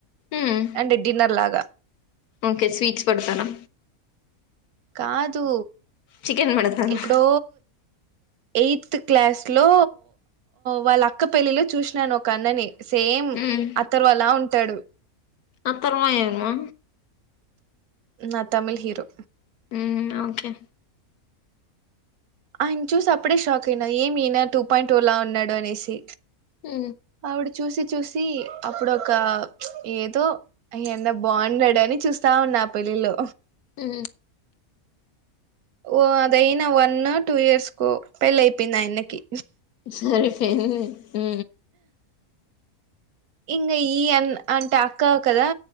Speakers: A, on the left; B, on the right.
A: ఉమ్
B: అంటే డిన్నర్ లాగా
A: ఓకే స్వీట్స్ పడతానా
B: కాదు
A: చికెన్ పెడతారా
B: ఇప్పుడు ఎయిత్ క్లాస్లో వాళ్ళ అక్క పెళ్ళిలో చూసినాను ఒక అన్నని సేమ్
A: మ్మ్
B: అతరు అలా ఉంటాడు
A: అత్తర్వమా ఎవరు
B: నా తమిళ్ హీరో
A: ఉ ఓకే
B: ఆయని చూసి అప్పుడే షాక్ అయినా ఏమి ఇయనా టూ పాయింట్ ఓ లా ఉన్నాడు అనేసి
A: ఉ
B: ఆవిడ చూసి చూసి అప్పుడు ఒక ఏదో అయ్యన్నా బాగున్నాడని చూస్తా ఉన్నా పెళ్ళిలో
A: ఉ
B: ఓ అదయిన వన్ టూ ఇయర్స్ కో పెళ్ళి అయిపోయింది ఆయన్న కి
A: సరిపోయింది ఉ
B: ఇంగ ఈ అన్ అంటే అక్క కదా